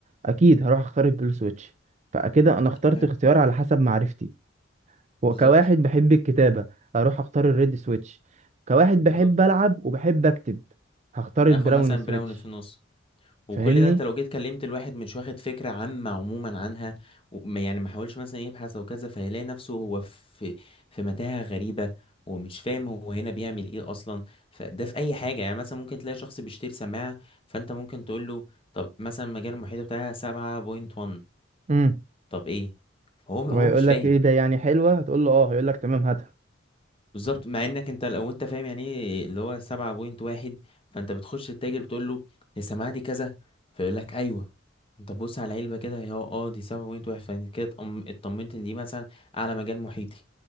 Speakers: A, on the right; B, on the left.
A: اكيد هروح اختار البلو سويتش فكده انا اخترت
B: حلو
A: اختيار على حسب معرفتي وكواحد
B: بالظبط
A: بحب الكتابة اروح اختار الريد سويتش كواحد بحب
B: بالظبط
A: العب وبحب اكتب هختار البراون
B: آخد مثلا
A: سويتش
B: براوني في النص وكل
A: فاهمني
B: ده انت لو جيت كلمت الواحد مش واخد فكرة عامة عموما عنها وما- يعني ما حاولش مثلا يبحث او كذا فهيلاقي نفسه هو في في متاهة غريبة ومش فاهم هو هنا بيعمل ايه اصلا فده في اي حاجة يعني مثلا ممكن تلاقي شخص بيشتري سماعة فانت ممكن تقول له طب مثلا مجال المحيط بتاعها 7.1
A: امم
B: طب ايه هو هو
A: وهيقول
B: مش فاهم
A: لك ايه ده يعني حلوة هتقول له اه هيقول لك تمام هاتها
B: بالظبط مع انك انت لو انت فاهم يعني ايه اللي هو سبعة بوينت واحد فانت بتخش التاجر بتقول له يا سماعة دي كذا فيقول لك ايوه انت بص على العلبة كده هي اه دي سبعة بوينت واحد فكده اطمنت ان دي مثلا اعلى مجال محيطي